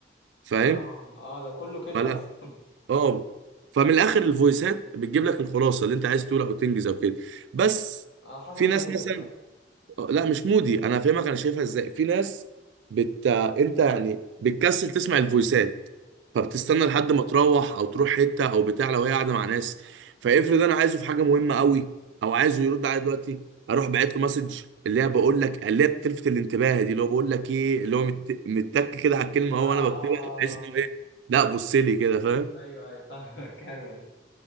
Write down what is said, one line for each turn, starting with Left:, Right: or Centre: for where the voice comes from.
Right: فاهم
Left: اه اه ده كله كده
Right: فلا
Left: اصلا
Right: اه فمن الاخر الفويسات بتجيب لك الخلاصه اللي انت عايز تقولها او تنجز او كده بس
Left: <laughs> على حسب
Right: في ناس
Left: مودك
Right: مثلا
Left: بقى
Right: لا مش مودي انا فاهمك انا شايفها ازاي في ناس بت انت يعني بتكسل تسمع الفويسات فبتستنى
Left: امم
Right: لحد ما تروح او تروح حته او بتاع لو هي قاعده مع ناس فافرض انا عايزه في حاجه مهمه قوي او عايزه يرد عليا دلوقتي اروح باعت له مسج اللي هي بقول لك اللي هي بتلفت الانتباه دي اللي هو بقول لك ايه اللي هو مت... متك كده على الكلمه
Left: اه اه
Right: هو انا بكتبها
Left: آه.
Right: بحيث انه
Left: آه.
Right: ايه لا بص لي كده فاهم
Left: ايوه ايوه فاهمك <laughs> حلوة دي